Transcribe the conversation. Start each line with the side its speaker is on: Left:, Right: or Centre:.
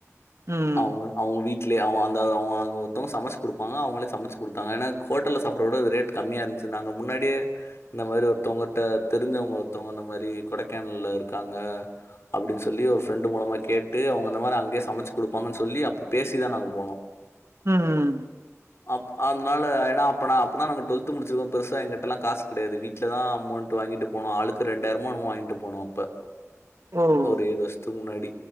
Right: ம்
Left: அவுங்கள் அவுங்க வீட் லே அவ அந்த அவுங்க அங்க ஒருத்தோங்க சமச் குடுப்பாங்க அவுங்களே சமச்சு குடுத்தாங்க ஏனா இது ஹோட்டல சாப்புற விட இது ரேட் கம்மியா இருந்ச்சுனாங்க முன்னாடியே இந்த மாரி ஒருத்தோங்கட்ட தெரிஞ்சவங்க ஒருத்தோங்க இந்த மாரி கொடைக்கானல்லே இருக்காங்க அப்டின் சொல்லி ஒரு ஃப்ரெண்டு மூலமா கேட்டு அவுங்க அந்த மாரி நா அங்கேயே சமச்சு குடுப்பாங்கன் சொல்லி அப்றோ பேசி தா நாங்க போனோ
Right: ம் ம்
Left: அப் அதுனால ஏனா அப்பனா அப்பதா நாங்க டுவெல்த் முடிச்சிருக்கோ பெருசா எங்கிட்டல்லா காச் கெடயாது வீட் லதா அமௌண்ட் வாங்கிட்டு போனோ ஆளுக்கு ரெண்டாயிரமோ என்னமோ வாங்கிட்டு போனோ அப்ப
Right: ஓ ஓ
Left: ஏழு வருஷ்த்க்கு முன்னாடி